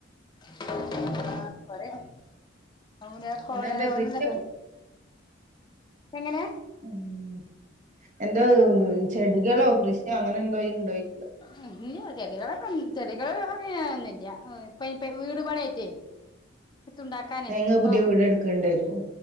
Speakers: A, on the left; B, on the right.
A: <unintelligible> <unintelligible>
B: പിന്നെന്താ
A: <unintelligible>
B: കൃഷിയൊ
A: എങ്ങനെ
B: ഉം എന്തോ ചെടികളോ കൃഷിയോ അങ്ങനെ എന്തോ ഇണ്ടോയി
A: ഉ ഇല്ല ചെടികളൊക്കെ ചെടികള് പറയാന്നില്ല ഇപ്പ ഇപ്പ വീട് പണിയായിട്ടേ എത്തുണ്ടാക്കാനേ
B: എഹ് ഇങ്ങൾ
A: ഇപ്പൊ
B: പുതിയ വീട് എടുക്ക് ഇണ്ടയിക്കും